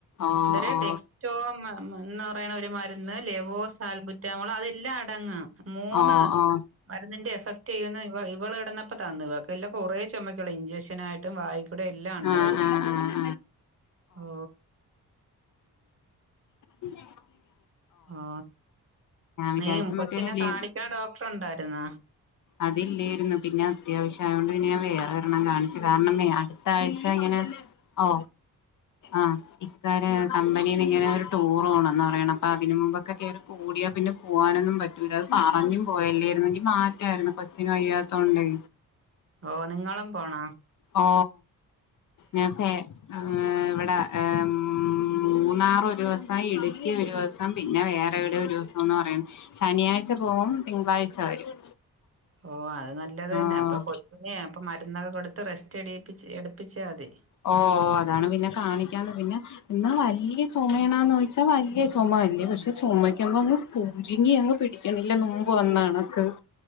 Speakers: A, on the left (about 50°); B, on the right (about 35°).
A: ഓ
B: <unintelligible>
A: ഓ
B: ടോ എന്ന് പറയണ ഒരു മരുന്ന് ലെവോ സാൽബുറ്റാമോള് അതെല്ലാം അടങ്. മൂന്ന്
A: ഓ ഓ
B: മരുന്നിന്റെ എഫക്ട് ചെയ്യുന്ന ഇവൾ ഇവള് ഇിടന്നപ്പോ തന്നു ഇവാക്ക് ഇല്ല കുറെ ചോമക് ഉളള ഇഞ്ചെക്ഷനായിയിട്ടും വായിക്ക്. കോടെ എല്ലാം ഉണ്ടായിരുന്നും
A: ആഹ് ആഹ് ആഹ്
B: ഓ
A: ഉ <unintelligible>
B: ഓ നീ
A: വിചാരിച്ചു
B: കൊച്ചിനെ
A: മറ്റേ ലീ
B: കാണിക്കണ ഡോക്ടർ ഉണ്ടായിരുന്ന.
A: അതില്ലോയിരുന്നു പിന്നെ അത്യാവശ്യ ആയൊണ്ട് പിന്നെ ഞാൻ വേറെ എരെണ്ണം കാണിച്ചു കാരണം അടുത്ത ആഴ്ച ഇങ്ങനെ ഓ ആഹ ഇക്കാര് കമ്പനിൽ ഇങ്ങനെ ഒരു ടൂർോണന്ന് പറയണം. അപ്പൊ അതിനന് മുമ്പൊക്കക്കെ കുടിയാ പിന്നെ പോകാനൊന്നും പറ്റൂല. അത് പറഞ്ഞു പോയല്ലായിരുന്നെങ്കിൽ മാ യിരുന്നു കൊച്ചിനും വയ്യാത്തത്കൊണ്ടേ.
B: ഓ നിങ്ങളും പോണ.
A: ഓ ഞൻ ഫോ ഏഹ് ഇവിടെ ഏഹ് മൂന്നാറൊരുസം ഇടുക്കി ഒരുസം സം പിന്നെ വേറെ എവിടെയ ഒരു ദിവസംന്ന് പറയണ് ശനിയാഴ്ച പോവും തിങ്കളാഴ്ച വരും
B: ഓ അത് നല്ലത് തന്നെ
A: ആഹ്
B: അപ്പൊ കൊ <unintelligible> ന്നെയാ അപ്പ മരുന്നൊക്കെ കൊടുത്ത് റെസ്റ്റ് എടിപ്പിച്ച് എടുപ്പിച്ചാ മതി
A: ഓ അതാണ് പിന്നെ കാണിക്കാന്ന് പിന്നെ എന്നാ വല്ല്യെ ചൊമേണാന്നോയ്ച വല്ല്യെ ചൊമ ഇല്ല പക്ഷെ ചുമയ്ക്കുമ്പോ അങ്ങ് പൊര്ങ്ങി അങ്ങ് പെട്ട് <unintelligible> ല്ല ന്നുമ്പ് വന്നാണ്ക്ക്